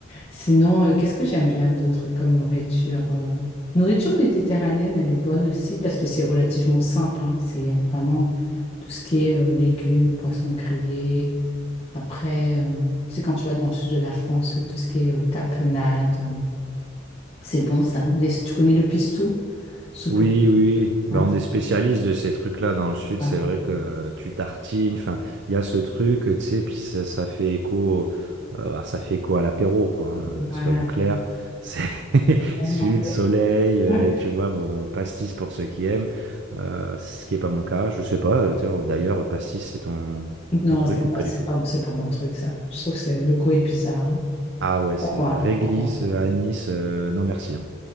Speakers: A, on the left; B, on the right.
A: Sinon, euh, qu'est-ce que j'aime bien d'autre comme nourriture? euh, Nourriture méditerranéenne, elle est bonne aussi parce que c'est relativement simple. hein. C'est euh, vraiment tout ce qui est euh, légumes, poissons grillés. Après, euh, tu sais, quand tu vas dans le sud de la France, euh, tout ce qui est euh, tapenade, euh, c'est bon ça. Les- tu connais le pistou? Soupe
B: Oui,
A: au
B: oui, oui. Ben
A: hein,
B: on
A: c'est
B: est spécialiste de ces trucs-là dans le sud.
A: pas-
B: C'est vrai que euh, tu tartines, enfin, il y a ce truc, euh, tu sais, puis ça, ça fait écho, euh, ah, ça fait écho à l'apéro, quoi. hein,
A: bon,
B: euh,
A: Voilà.
B: soyons clairs, c'est <laughs>
A: Ouais,
B: sud,
A: non, c'est-
B: soleil, euh,
A: <laughs>
B: tu vois, bon, pastis pour ceux qui aiment, euh, ce qui est pas mon cas. Je sais pas. euh, tiens, D'ailleurs, pastis, c'est ton
A: non,
B: ton truc
A: c'est pas,
B: ou pas
A: c'est
B: du tout?
A: pas, c'est pas mon truc, ça. Je trouve que c'est, le goût est bizarre, hein.
B: Ah ouais, c'est
A: Pour moi,
B: réglisse,
A: pour moi.
B: anis, euh, non merci. hein.